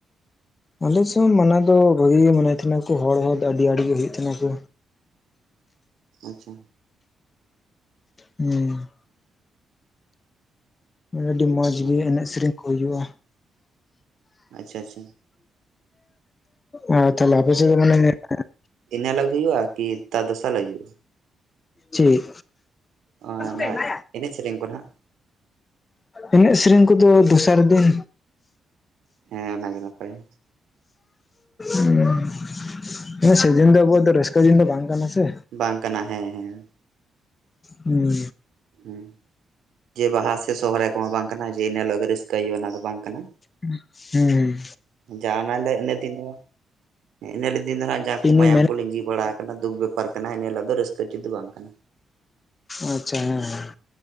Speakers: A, on the left; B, on the right.
A: ᱟᱞᱮ ᱥᱮᱱ ᱢᱟᱱᱟᱣ ᱫᱚ ᱵᱷᱟᱜᱤ ᱜᱮ ᱢᱟᱱᱟᱣ ᱛᱟᱦᱮᱱᱟᱠᱚ ᱦᱚᱲ ᱦᱚᱸ ᱫᱚ ᱟᱹᱰᱤ ᱟᱹᱰᱤ ᱜᱮ ᱦᱩᱭᱩᱜ ᱛᱟᱦᱮᱱᱟᱠᱚ
B: <inaudible> ᱟᱪᱪᱷᱟ
A: ᱦᱩᱸ ᱦᱮᱸ ᱟᱹᱰᱤ ᱢᱚᱸᱡᱽ
B: ᱦᱮᱸ
A: ᱜᱮ ᱮᱱᱮᱡ ᱥᱮᱨᱤᱧ ᱠᱚ ᱦᱩᱭᱩᱜᱼᱟ
B: ᱟᱪᱪᱷᱟ ᱟᱪᱪᱷᱟ
A: <inaudible> ᱟᱨ ᱛᱟᱦᱞᱮ ᱚᱯᱮ ᱥᱮ ᱫᱚ ᱢᱟᱱᱮ <unintelligible>
B: ᱤᱱᱟᱹ ᱦᱤᱞᱟᱹᱜ ᱜᱮ ᱦᱩᱭᱩᱜᱼᱟ ᱠᱤ ᱛᱟᱨ ᱫᱚᱥᱟᱨ ᱦᱤᱞᱟᱹᱜ ᱦᱩᱭᱩᱜᱼᱟ
A: ᱪᱤᱜ
B: ᱚᱱᱟ
A: <inaudible>
B: ᱮᱱᱮᱡ ᱥᱮᱨᱮᱧ ᱠᱚ ᱱᱟᱦᱟᱜ
A: ᱮᱱᱮᱡ ᱥᱮᱨᱮᱧ ᱠᱚᱫᱚ ᱫᱚᱥᱟᱨ ᱫᱤᱱ
B: ᱦᱮᱸ ᱚᱱᱟᱜᱮ ᱱᱟᱯᱟᱭᱟ᱾
A: <inaudible> ᱦᱮᱸ ᱥᱮᱫᱤᱱ ᱫᱚ ᱟᱵᱚ ᱟᱜ ᱫᱚ ᱨᱟᱹᱥᱠᱟᱹ ᱫᱤᱱ ᱫᱚ ᱵᱟᱝ ᱠᱟᱱᱟ ᱥᱮ
B: ᱵᱟᱝ ᱠᱟᱱᱟ ᱦᱮᱸ ᱦᱮᱸ
A: ᱦᱩᱸ
B: ᱦᱩᱸ ᱡᱮ ᱵᱟᱦᱟ ᱥᱮ ᱥᱚᱦᱚᱨᱟᱭ ᱠᱚᱦᱚ ᱵᱟᱝ ᱠᱟᱱᱟ ᱡᱮ ᱤᱱᱟ ᱦᱤᱞᱟᱹᱜ ᱜᱮ ᱨᱟᱹᱥᱠᱟᱹᱭ ᱦᱩᱭᱩᱜᱼᱟ ᱚᱱᱟ ᱫᱚ ᱵᱟᱝ ᱠᱟᱱᱟ
A: <inaudible> ᱦᱩᱸ ᱦᱩᱸ
B: ᱡᱟᱸᱦᱟᱱᱟᱜ ᱞᱟᱹᱜ ᱤᱱᱟ ᱛᱮ ᱫᱚ ᱵᱟᱝ ᱮ ᱤᱱᱟᱹᱦᱤᱞᱟᱹᱜ ᱫᱤᱱ ᱫᱚ ᱦᱟᱸᱜ ᱡᱟᱦᱟᱸ ᱠᱚ
A: ᱤᱧᱤᱧ
B: ᱢᱟᱭᱟᱢ
A: ᱢᱮᱱ
B: ᱠᱚ ᱞᱤᱸᱡᱤ ᱵᱟᱲᱟ ᱠᱟᱱᱟ ᱫᱩᱠ ᱵᱮᱯᱟᱨ ᱠᱟᱱᱟ ᱤᱱᱟᱹᱦᱤᱞᱳᱜ ᱫᱚ ᱨᱟᱹᱥᱠᱟᱹ ᱩᱪᱤᱛ ᱫᱚ ᱵᱟᱝ ᱠᱟᱱᱟ
A: ᱟᱪᱪᱷᱟ ᱦᱮᱸ ᱦᱮᱸ